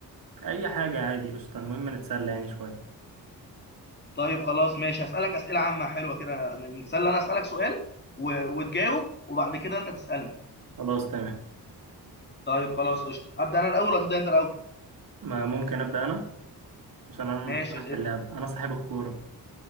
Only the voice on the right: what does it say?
اي حاجة عادي قشطة المهم نتسلى يعني شوية
خلاص تمام
ما ممكن أبدأ انا عشان انا
اللي اقترحت
اللعبة انا صاحب الكورة